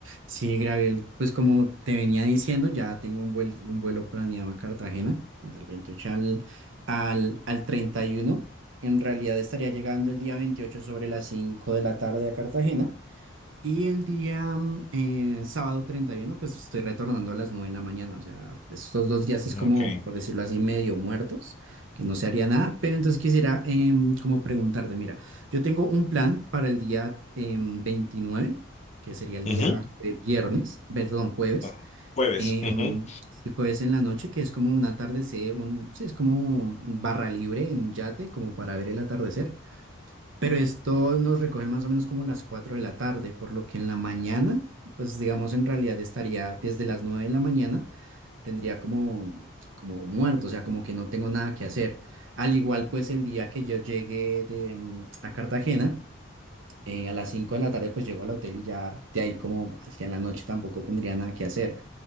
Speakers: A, on the right; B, on the left.
A: Sí, Gabriel, pues como te venía diciendo, ya tengo un vuelo, un vuelo planeado a Cartagena, del 28 al, al, al 31. En realidad estaría llegando el día 28 sobre las 5 de la tarde a Cartagena y el día mm, eh, sábado 31 pues estoy retornando a las 9 de la mañana. O sea, estos dos días es como,
B: Ok.
A: por decirlo así, medio muertos, que no se haría nada. Pero entonces quisiera em, como preguntarte, mira, yo tengo un plan para el día em, 29, que sería el
B: Ujú,
A: día eh, viernes, perdón, jueves.
B: ajá. Jueves.
A: em,
B: ujú,
A: sí, jueves en la noche, que es como un atardecer, un, sí, es como un barra libre en yate, como para ver el atardecer. Pero esto nos recoge más o menos como las 4 de la tarde, por lo que en la mañana, pues digamos en realidad estaría desde las 9 de la mañana, tendría como, como muerto, o sea, como que no tengo nada que hacer. Al igual pues el día que yo llegué de, mm, a Cartagena, eh, a las 5 de la tarde pues llego al hotel y ya de ahí como hacia la noche tampoco tendría nada que hacer.